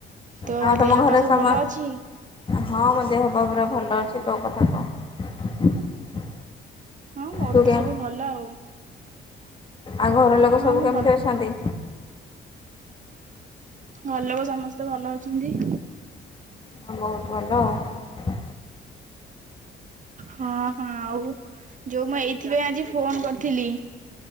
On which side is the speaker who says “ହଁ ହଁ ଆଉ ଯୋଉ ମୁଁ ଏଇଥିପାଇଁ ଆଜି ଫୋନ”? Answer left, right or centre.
Right